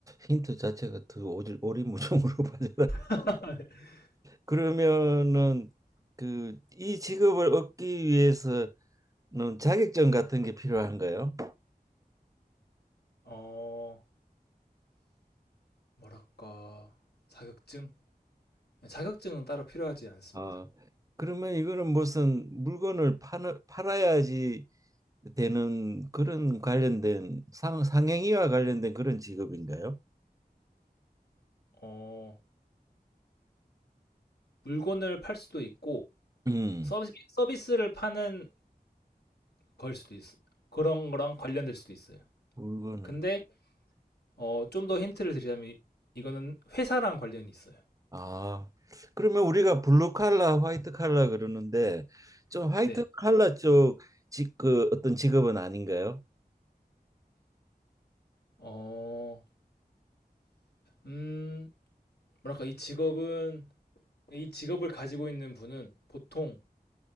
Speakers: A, on the right (about 20°); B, on the left (about 85°).
A: 힌트 자체가 더 오질 오리무중으로 <laughs> 빠져나
B: <laughs>
A: 그러면은 그 이 직업을 얻기 위해서는 자격증 같은 게 필요한가요?
B: 어, 뭐랄까, 자격증? 자격증은 따로 필요하지 않습니다.
A: 아 그러면 이거는 무슨 물건을 파는 팔아야지 되는 그런 관련된 상 상행위와 관련된 그런 직업인가요?
B: 어, 물건을 팔 수도 있고,
A: 음
B: 서비스 서비스를 파는 걸 수도 있어. 그런 거랑 관련될 수도 있어요.
A: 물건을
B: 근데 어, 좀 더 힌트를 드리자면 이- 이거는 회사랑 관련이 있어요.
A: 아, 그러면 우리가 블루 칼라, 화이트 칼라 그러는데 좀 화이트
B: 네.
A: 칼라 쪽 직, 그 어떤 직업은 아닌가요?
B: 어, 음, 뭐랄까 이 직업은 이 직업을 가지고 있는 분은 보통